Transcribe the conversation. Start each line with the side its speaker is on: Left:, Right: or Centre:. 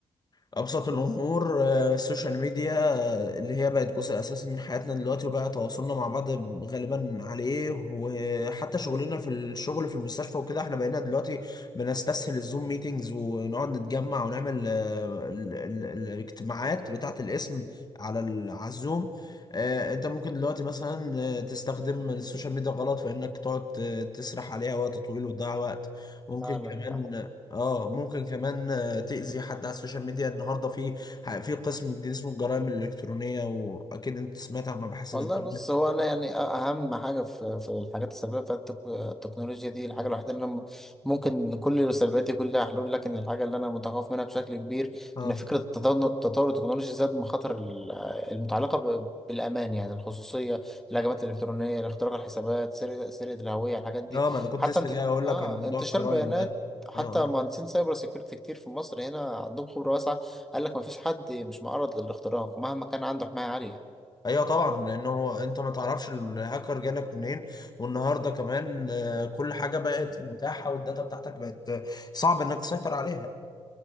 Left: أبسط الأمور آه، السوشيال ميديا آه، اللي هي بقت جزء أساسي من حياتنا دلوقتي وبقى تواصلنا مع بعض غالبا عليه وحتى شغلنا في الشغل في المستشفى وكده احنا بقينا دلوقتي بنستسهل الزوم ميتينجز ونقعد نتجمع ونعمل آه، ال- ال- الاجتماعات بتاعة الاسم على ال- على الزوم آه، انت ممكن دلوقتي مثلا آه، تستخدم السوشيال ميديا غلط في انك تقعد آه، تسرح عليها وقت طويل وتضيع وقت ممكن
Centre: فعلا
Left: كمان
Centre: فعلا.
Left: اه ممكن كمان تأذي حد على السوشيال ميديا النهارده في في قسم جديد اسمه الجرائم الإلكترونية وأكيد أنت سمعت عن مباحث
Centre: والله
Left: الإنترنت
Centre: بص هو انا يعني اهم حاجه في في الحاجات السلبيه بتاعت التك- التكنولوجيا دي الحاجه الوحيده اللي انا م- ممكن كل سلبياتي كلها حلول لكن الحاجه اللي انا متخوف منها بشكل كبير
Left: اه
Centre: ان فكره التطور التطور التكنولوجي زاد مخاطر ال- المتعلقه ب- بالامان يعني الخصوصيه الهجمات الالكترونيه اختراق الحسابات سرقه سرقه الهويه الحاجات دي
Left: لا ما أنا كنت
Centre: حتى
Left: لسه
Centre: انت
Left: جاي أقول
Centre: اه
Left: لك على موضوع
Centre: انتشار
Left: الجرائم
Centre: بيانات
Left: ده
Centre: حتى
Left: اه اه
Centre: مهندسين سايبر سيكيورتي كتير في مصر هنا عندهم خبره واسعه قال لك ما فيش حد مش معرض للاختراق مهما كان عنده حمايه عاليه
Left: أيوه طبعا لأنه أنت ما تعرفش الهاكر جالك منين والنهارده كمان آه، كل حاجة بقت متاحة والداتا بتاعتك بقت آه، صعب إنك تسيطر عليها